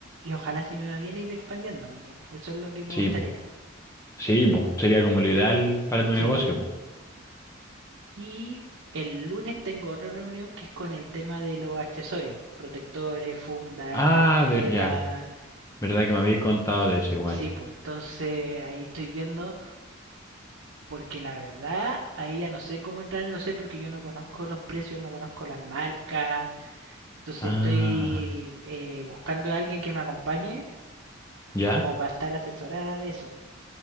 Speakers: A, on the right; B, on the left.
A: y ojalá si me va bien ir expandiéndome. po. Eso es lo que me
B: Sí,
A: gustaría.
B: po. sí, po. Sería como lo ideal para tu
A: Sí,
B: negocio, po.
A: Y el lunes tengo otra reunión que es con el tema de los accesorios, protectores, fundas,
B: Ah,
A: carpetas.
B: ver, ya. ¿Verdad que me habías contado de eso igual?
A: Sí, pues entonces ahí estoy viendo, porque la verdad ahí ya no sé cómo entrar a negociar porque yo no conozco los precios, no conozco las marcas. Entonces
B: Ah,
A: estoy eh, buscando a alguien que me acompañe
B: ¿ya?
A: como para estar asesorada de eso.